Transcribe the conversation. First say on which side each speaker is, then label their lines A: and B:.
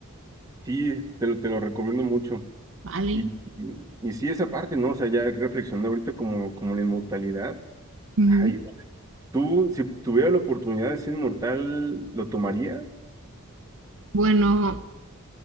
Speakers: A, on the right; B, on the right.
A: Sí, te lo, te lo recomiendo mucho.
B: ¿vale?
A: Y, y, y sí, esa parte, ¿no? O sea, ya reflexionando ahorita como, como la inmortalidad.
B: Ujú.
A: Ay, tú, si tuviera la oportunidad de ser inmortal, ¿lo tomaría?
B: Bueno,